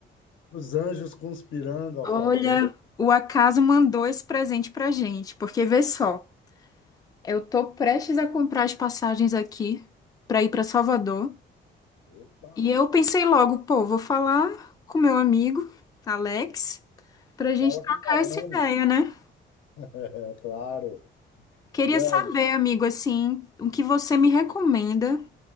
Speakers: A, on the left; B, on the left.
A: os anjos conspirando a
B: Olha,
A: favor.
B: o acaso mandou esse presente pra gente, porque vê só, eu tô prestes a comprar as passagens aqui pra ir pra Salvador,
A: Opa,
B: e eu pensei logo, pô, vou falar com meu amigo Alex pra gente
A: fala
B: trocar
A: com o baiano.
B: essa ideia,
A: <laughs>
B: né?
A: É claro.
B: Queria
A: E aí?
B: saber, amigo, assim, o que você me recomenda